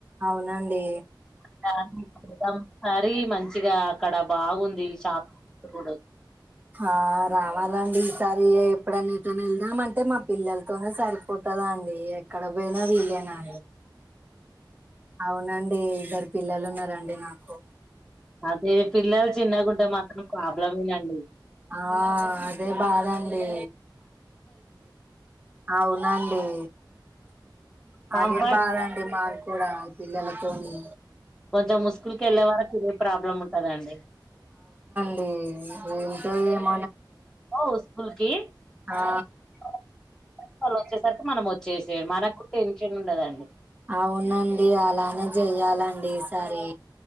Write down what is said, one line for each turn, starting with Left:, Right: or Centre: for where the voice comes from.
Right: అవునండి
Centre: <unintelligible> మరి మంచిగా అక్కడ బాగుంది షాప్ కూడా.
Right: ఆ రావాలా అండి సరి ఎప్పు డైన ఎటన్నావెళ్దాం అంటే మా పిల్లలతోనే సరిపోతందా అండి ఎక్కడ పోయినా వీళ్ళ అ అవునండి ఇద్దరు పిల్లలు ఉన్నారండి నాకు
Centre: అదే పిల్లలు చిన్నకుంటే మాత్రం ప్రాబ్లమేనండి
Right: ఆ అదే బాదండి అవునండి
Centre: కంఫర్ట్
Right: అదే బాధ అండి మాక్ కూడా పిల్లలతోని
Centre: కొంచెం ఉస్కూలుకేళ్లే వరకు ఇదే ప్రాబ్లమ్ ఉంటదండి.
Right: ఈ ఏముంటయండి
Centre: ఉస్కూల్ కి
Right: ఆ
Centre: <unintelligible> వాళ్ళోచేస్త్ వర్క్ మనం వచ్చేసడ్ మనకు టెన్షన్ ఉండదండి.
Right: అవునండి అలానే చెయ్యాలండి ఈసారి